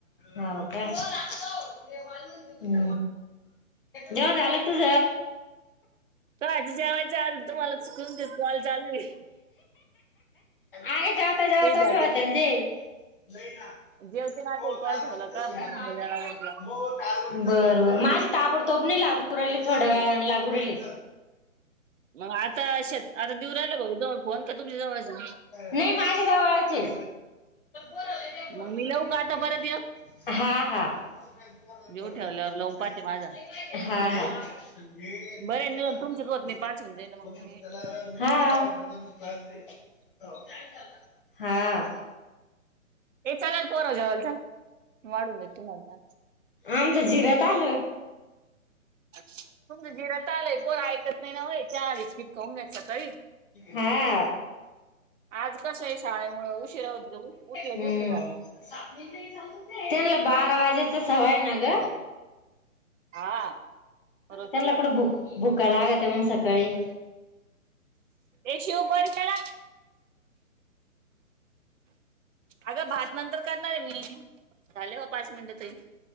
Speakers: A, on the left (about 40°); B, on the right (about 65°).
A: ह ओके हम् जेवण आलंग तुझ
B: तो आज जेयचा आज तु मला चुकून कॉल चालू आहे
A: आगे जाऊत
B: काही
A: जाऊत
B: झाडे
A: बी होते ते नाही ना
B: जेवते ना आता
A: हो
B: कॉल
A: कालपण
B: ठेवला का पूर्ण बोलायला लागेल का?
A: हो बर बर माझे ताबडतोबणी लागू राहिले थोड्या वेळाने लागू राहिले
B: मग आता अश आता दिऊ राहिलं गऊ जवळ फोन का तुमच्या जवळ
A: नाही माझ्या जवळचे हा
B: मग मी लावू का आता परत एक
A: हा हा
B: देऊ ठेवल्यावर लावून पाहते माझा
A: हा हे
B: बरे नाही तुमचे होत नाही पाच
A: फक्ला
B: होऊन जाईन मग म्हणे ए
A: हा हा
B: ते चाल पराजवाल झा मून देतु म झा
A: आमचं जिरत आलं.
B: तुमचं जिरात आलाय पोर ऐकत नाही ना याच्या फिट खाऊन घ्यायचा तरी
A: हा
B: आज कसं आहे शाळेमुळे उशिरा होते उठलेच
A: हम्म
B: उशिरा
A: ् त्यांला बारा वाजेचा सवय ना ग
B: हा रोजच्या
A: त्यांनला कुडं भुक भुकला आगत म्हन सकाळी
B: ए शिव बर त्याला अगं भात नंतर करढणार आहे मी झाले हो पाच मिनिट तरी